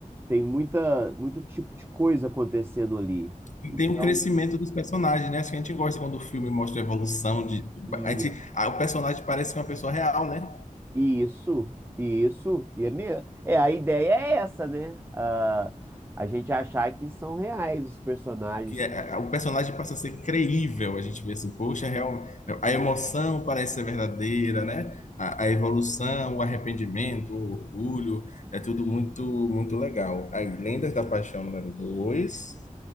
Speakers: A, on the right; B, on the left.
A: Tem muita, muito tipo de coisa acontecendo ali.
B: E
A: Então,
B: tem o crescimento dos personagens, né? Acho que a gente gosta quando o filme mostra a evolução de.
A: isso,
B: A gente, ah, o personagem parece uma pessoa real, né?
A: isso, isso, e é mesmo. É, a ideia é essa, né? Ah, a gente achar que são reais os personagens
B: Que é- o personagem passa a ser creível. A gente vê assim, poxa, real, a emoção parece ser verdadeira, né? A, a evolução, o arrependimento, o orgulho, é tudo muito, muito legal. Aí, Lendas da Paixão número 2,